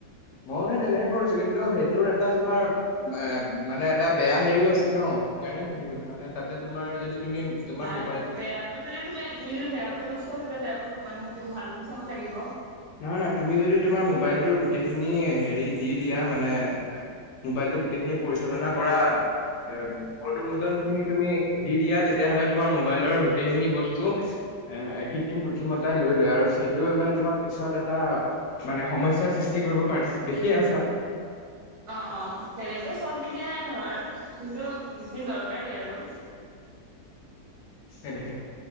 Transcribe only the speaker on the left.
মইও হেই তেনেকে কৰিছো, কিন্তু সেইটোৰ এটা তোমাৰ এ মানে এটা বেয়া হেৰিও আছে ন, সেইকাৰণে সুধিলো মানে তাতে তোমাৰ যদি তুমি তোমাৰ
মোবাইল
নহয় নহয়, তুমি যদি তোমাৰ মোবাইলটোৰ গোটেইখিনি হেৰি দি দিয়া মানে- মোবাইলটোৰ গোটেইখিনি পৰিচালনা কৰা এ অনুমোদন খিনি তুমি দি দিয়া তেত- তিয়াহ'লে তোমাৰ মোবাইলৰ গোটেইখিনি বস্তু- এ কৃত্ৰিম বুদ্ধিমত্তাই লৈ লয়, আৰু সেইটোৱে মানে তোমাক- পিছত এটা মানে সমস্যাৰ সৃষ্টি কৰিব পাৰে, দেখিয়ে আছা।
সেই তোহে,